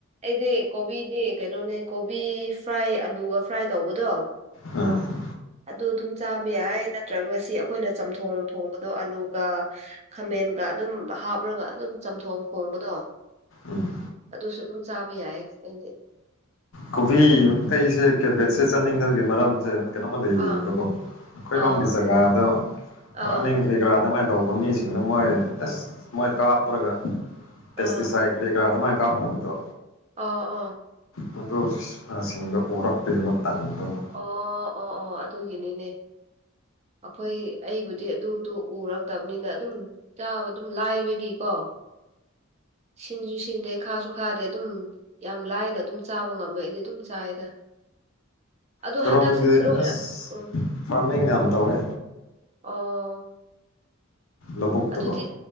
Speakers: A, on the right; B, on the left.
A: ꯑꯩꯗꯤ ꯀꯣꯕꯤꯗꯤ ꯀꯩꯅꯣꯅꯦ ꯀꯣꯕꯤ ꯐ꯭ꯔꯥꯏ ꯑꯂꯨꯒ ꯐ꯭ꯔꯥꯏ ꯇꯧꯕꯗꯣ꯫
B: ꯑꯥ꯫
A: ꯑꯗꯨ ꯑꯗꯨꯝ ꯆꯥꯕ ꯌꯥꯏ ꯅꯠꯇ꯭ꯔꯒ ꯉꯁꯤ ꯑꯩꯈꯣꯏꯅ ꯆꯝꯊꯣꯡ ꯊꯣꯡꯕꯗꯣ ꯑꯂꯨꯒ ꯈꯃꯦꯟꯒ ꯑꯗꯨꯝ ꯍꯥꯞ ꯄ꯭ꯔꯒ ꯑꯗꯨꯝ ꯆꯝꯊꯣꯡ ꯊꯣꯡꯕꯗꯣ
B: ꯎꯝ
A: ꯑꯗꯨꯁꯨ ꯑꯗꯨꯝ ꯆꯥꯕ ꯌꯥꯏ ꯑꯩꯗꯤ
B: ꯀꯣꯕꯤ ꯑꯩꯁꯦ ꯀꯦꯕꯦꯠꯁꯦ ꯆꯥꯅꯤꯡꯗꯕꯒꯤ ꯃꯔꯝꯁꯦ ꯀꯩꯅꯣꯃ ꯂꯩꯌꯦꯕꯀꯣ
A: ꯑꯥ
B: ꯑꯩꯈꯣꯏꯔꯣꯝꯒꯤ
A: ꯑꯥ
B: ꯖꯒꯥꯗ ꯐꯥꯔꯃꯤꯡ
A: ꯑꯥ
B: ꯒ꯭ꯔꯥꯗ ꯑꯗꯨꯃꯥꯏ ꯇꯧꯕ ꯃꯤꯁꯤꯡꯗꯣ ꯃꯣꯏ ꯑꯁ ꯃꯣꯏ ꯀꯥꯞꯄ꯭ꯔꯒ ꯄꯦꯁꯇꯤꯁꯥꯏꯠ
A: ꯑꯥ
B: ꯀꯔꯤ ꯀꯔꯥ ꯑꯗꯨꯃꯥꯏꯅ ꯀꯥꯞꯄ ꯉꯄꯗꯣ
A: ꯑꯣ ꯑꯣ
B: ꯃꯗꯨ ꯑ ꯁꯤꯡꯗ ꯎꯔꯛꯄꯒꯤꯀꯣ ꯇꯟꯕꯀꯣ
A: ꯑꯣ ꯑꯣ ꯑꯣ ꯑꯗꯨꯒꯤꯅꯤꯅꯦ꯫ ꯑꯩꯈꯣꯏ ꯑꯩꯕꯨꯗꯤ ꯑꯗꯨꯗꯣ ꯎꯔꯛꯇꯕꯅꯤꯅ ꯑꯗꯨꯝ ꯆꯥꯕ ꯑꯗꯨꯝ ꯂꯥꯏꯕꯒꯤꯀꯣ꯫ ꯁꯤꯟꯁꯨ ꯁꯤꯟꯗꯦ ꯈꯥꯁꯨ ꯈꯥꯗꯦ ꯑꯗꯨꯝ ꯌꯥꯝ ꯂꯥꯏꯅ ꯑꯗꯨꯝ ꯆꯥꯕ ꯉꯝꯕꯩ ꯑꯩꯗꯤ ꯑꯗꯨꯝ ꯆꯥꯏꯗ ꯑꯗꯣ
B: ꯈꯣꯏꯔꯣꯝꯗꯗꯤ
A: ꯍꯟꯗꯛꯁꯤꯗꯤ ꯂꯣꯏꯔ
B: ꯑꯁ
A: ꯎꯝ
B: ꯐꯥꯔꯃꯤꯡ ꯌꯥꯝ ꯇꯧꯋꯦ
A: ꯑꯣ
B: ꯂꯧꯕꯨꯛꯇꯀꯣ
A: ꯑꯗꯨꯗꯤ